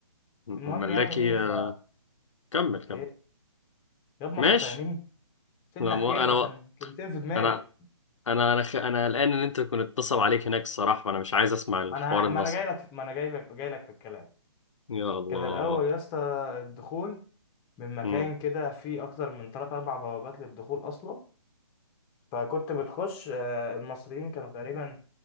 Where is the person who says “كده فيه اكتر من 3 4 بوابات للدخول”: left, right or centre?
Left